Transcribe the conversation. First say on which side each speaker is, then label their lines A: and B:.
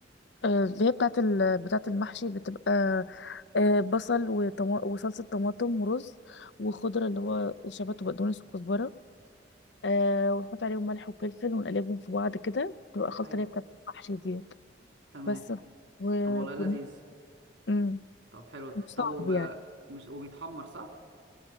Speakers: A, on the left; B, on the right.
A: آه، اللي هي بتاعت ال... بتاعت المحشي بتبقى آه بصل وطما... وصلصة طماطم ورز وخضرة اللي هو شبت وبقدونس وكزبرة آه ونحط عليهم ملح وفلفل ونقلبهم في بعض كده تبقى خلطة
B: ايوه
A: اللي هي بتاعت المحشي ديت
B: <clears throat> تمام
A: بس و
B: طب والله
A: بن-
B: لذيذ
A: مم.
B: طب حلو
A: مش صعب
B: طب هو بقى
A: يعني
B: مش هو بيتحمر صح